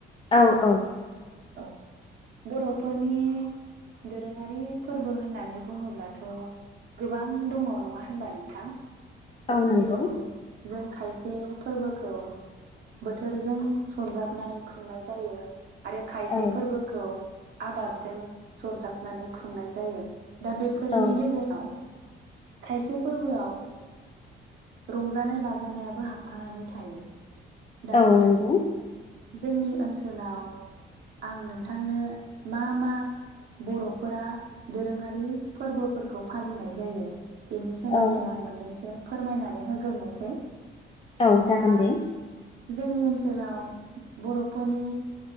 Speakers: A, on the left; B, on the right.
A: औ औ
B: औ बर'फोरनि दोरोङारि फोरबो होननानै बुङोब्लाथ' गोबां दङ नङा होनबा नोंथां?
A: औ नोंगौ।
B: जेरै जों खायसे फोरबोखौ बोथोरजों सरजाबनानै खुंनाय जायो। आरो खायसे
A: औ
B: फोरबोखौ आबादजों सरजाबनानै खुंनाय जायो। दा बेफोरनि
A: औ
B: गेजेराव खायसे फोरबोआव रंजानाय बाजानायाबो हाबफानानै थायो। दा
A: औ नोंगौ।
B: जोंनि ओनसोलाव आं नोंथांनो मा मा बर'फोरा दोरोङारि फोरबोफोरखौ फालिनाय जायो- बेनि सोमोन्दै
A: औ
B: आं मोननैसो फोरमायनानै होग्रोनोसै।
A: औ जागोन
B: दा
A: दे।
B: जोंनि ओनसोलाव बर'फोरनि